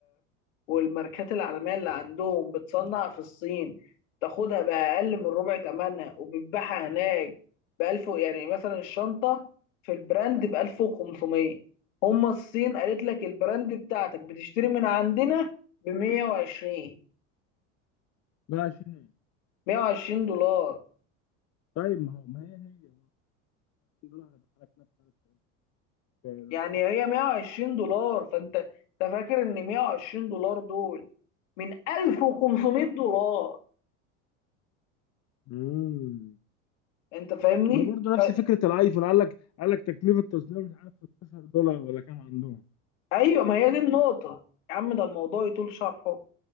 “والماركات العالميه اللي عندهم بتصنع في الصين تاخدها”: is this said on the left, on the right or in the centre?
Left